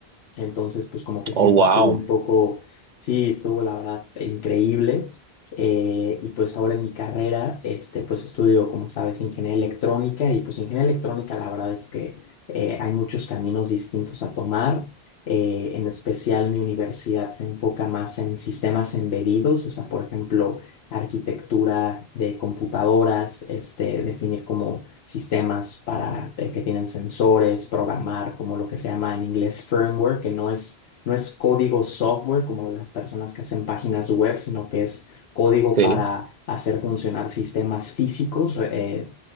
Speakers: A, on the left (about 80°); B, on the right (about 55°).
A: Entonces, pues como que siempre
B: Oh, wow.
A: estuve un poco, sí, estuvo la verdad increíble. Eh, y pues ahora en mi carrera, este, pues estudio, como sabes, ingeniería electrónica y pues ingeniería electrónica la verdad es que eh, hay muchos caminos distintos a tomar. Eh, en especial mi universidad se enfoca más en sistemas embedidos, o sea, por ejemplo, arquitectura de computadoras, este, definir como sistemas para, eh, que tienen sensores, programar, como lo que se llama en inglés firmware, que no es, no es código software como las personas que hacen páginas web, sino que es código
B: Sí.
A: para hacer funcionar sistemas físicos, eh,